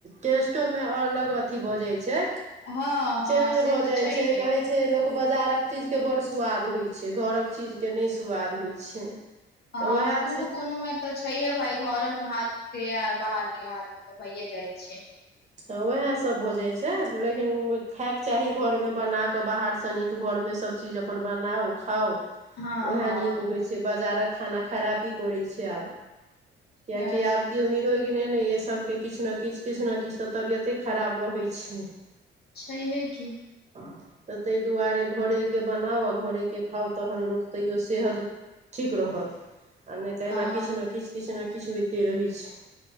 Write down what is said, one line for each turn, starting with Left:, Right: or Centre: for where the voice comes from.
Right: टेस्टो मे अलग अथी भऽ जाय छै
Left: हँ हँ
Right: चेंज
Left: से
Right: भऽ
Left: तऽ
Right: जाय
Left: छैहे
Right: छै कहै छै लोग बजार के चीज के बड़ सुवाद होय छै घरक चीज के ने स्वाद होय छै छै
Left: हँ
Right: तऽ उएह
Left: कोनो कोनोमे तऽ छैहे भाय घर के हाथ के आर बाहर के हाथ के तऽ भैे जाय छै
Right: तऽ उएहसभ भऽ जाइ छै लेकिन खायके चाही घरमे बना कऽ बाहरसँ नि घरमे सभचीज अपन बनाउ खाउ
Left: हँ
Right: उएह
Left: हँ
Right: नीक होइ छै बाजारक खाना खराबी करै छै आब कियकि
Left: सैह सब
Right: आब केओ निरोइग नय य सभके किछ न किछ किछ न किछ तऽ तबियते खराब रहै छै
Left: छैहे की
Right: हँ तऽ ताहि दुआरे घरेके बनाउ आ घरेके खाउ तखन लोक तैओ सेहत ठीक रहत आ नहि तऽ
Left: हँ
Right: एना किछु ने किछु किछु ने किछु होइते रहैत छै